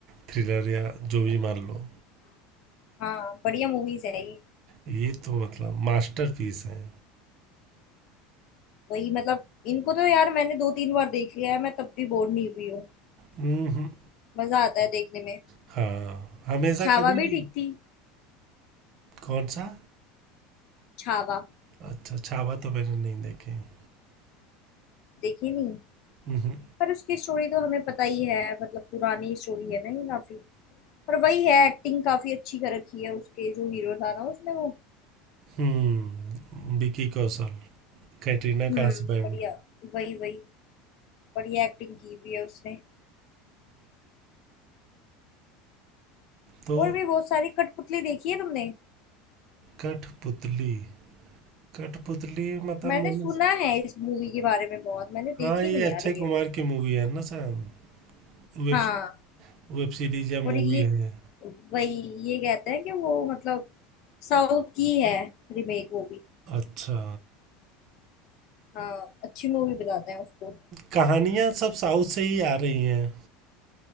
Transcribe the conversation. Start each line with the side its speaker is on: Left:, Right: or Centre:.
Right: थ्रिलर या जो भी मान लो
Left: हाँ बढ़िया मूवीज है ये
Right: ये तो मतलब मास्टरपीस है
Left: वही मतलब इनको तो यार मैंने दो तीन बार देख लिया है मैं तब भी बोर नहीं हुई हूँ
Right: हम्म हम्म,
Left: मजा आता है देखने में
Right: हाँ हमेशा
Left: छावा
Right: कभी भी
Left: भी ठीक थी
Right: कौन सा
Left: छावा
Right: अच्छा छावा तो मैंने नहीं देखे हैं
Left: देखी नहीं
Right: हम्म
Left: पर उसकी स्टोरी तो हमें पता ही है मतलब पुरानी स्टोरी है ना ये काफी पर वही है एक्टिंग काफी अच्छी कर रखी है उसके जो हीरो था ना उसने वो
Right: हम्म विकी कौशल कैटरीना
Left: हम्म
Right: का हस्बैंड
Left: बढ़िया वही वही बढ़िया एक्टिंग की हुई है उसने
Right: तो
Left: और भी बहुत सारी कठपुतली देखी है तुमने
Right: कठपुतली कठपुतली मतलब
Left: मैंने
Right: मैंने
Left: सुना है इस मूवी के बारे में बहुत मैंने देखी
Right: हाँ ये
Left: नहीं
Right: अक्षय
Left: यार ये
Right: कुमार की मूवी है ना शायद वेब
Left: हाँ
Right: वेब सीरीज या
Left: और
Right: मूवी
Left: ये
Right: है
Left: वही ये कहते हैं कि वो मतलब साउथ की है रीमेक वो भी
Right: अच्छा
Left: हाँ अच्छी मूवी बताते हैं उसको
Right: कहानियां सब साउथ से ही आ रही हैं